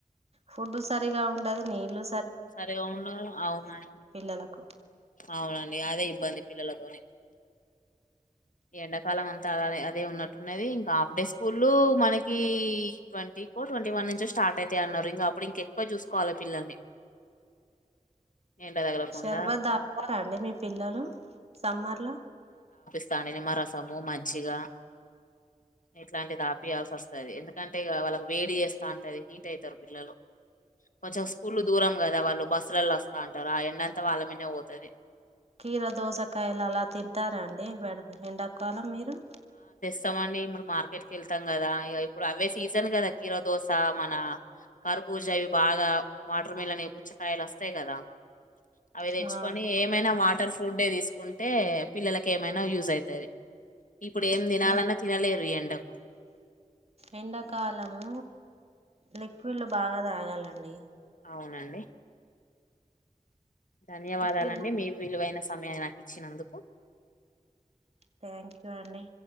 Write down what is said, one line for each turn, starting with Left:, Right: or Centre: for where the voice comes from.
Right: ఫుడ్ సరిగా ఉండది నీళ్ళు
Left: సరిగా ఉండ అవునం
Right: పిల్లలకు
Left: అవునండి అదే ఇబ్బంది పిల్లలతోనే ఎండాకాలం అంతా అలా అదే ఉన్నట్టున్నది ఇంకా హాఫ్ డే స్కూల్లు మనకి ట్వంటీ కో ట్వంటీ వన్ నుంచో స్టార్ట్ అయితాయి అన్నారు ఇంకా అప్పుడు ఇంకెక్కువ చూసుకోవాలి పిల్లల్ని ఎండ తగలకుండా
Right: అక్షరాబాద్ దాతారా అండి మీ పిల్లలు సమ్మర్ లో
Left: స్తా నిమ్మ రసము మజ్జిగ ఇట్లాంటిది ఆపియాల్సి వస్తుంది ఎందుకంటే ఇక వాళ్ళకి వేడి చేస్తా ఉంటది హీట్ అవుతారు పిల్లలు కొంచెం స్కూల్లు దూరం కదా వాళ్ళు బస్సులలో వస్తా ఉంటారు ఆ ఎండంతా వాళ్ళ మీద పోతుంది
Right: కీర దోసకాయలు అలా తింటారంాండి ఎండ ఒక కాలం మీరు
Left: ఇస్తామండి ఇప్పుడు మార్కెట్ క వెళ్తాం కదా ఇ ఇప్పుడు అవే సీజన్ కదా కీరో దోశ మన కర్బూజ అవి బాగా వాటర్ మిలన్వి పుచ్చకాయలు వస్తాయి కదా అవి తెచ్చుకొని
Right: ఆ
Left: ఏమైనా వాటర్ ఫుడ్ తీసుకుంటే పిల్లలకి ఏమైనా యూజ్ అవుతంది ఇప్పుడు ఏం తినాలన్నా
Right: లి
Left: తినలేరు ఈ ఎండకు
Right: ఎండాకాలము లిక్విడ్లు బాగా తాగాలండి
Left: అవునండి ధన్యవాదాలండి
Right: లిక్విడ్
Left: మీ విలువైన సమయా నాకు వచ్చినందుకు
Right: థ్యాంక్ యూ అండి